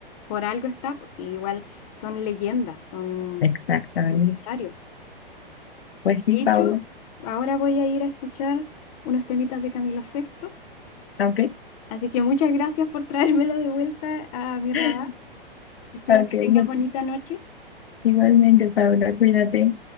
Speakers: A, on the left; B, on the left.
A: por algo está, pues sí, igual son leyendas, son
B: Exactamente.
A: necesarios.
B: Pues sí,
A: De
B: Paula.
A: hecho, ahora voy a ir a escuchar unos temitas de Camilo Sexto.
B: Ok,
A: Así que muchas gracias por traérmelo de vuelta a mi radar.
B: <laughs>
A: Espero
B: ok.
A: que tengas
B: me-
A: bonita noche.
B: Igualmente, Paula, cuídate.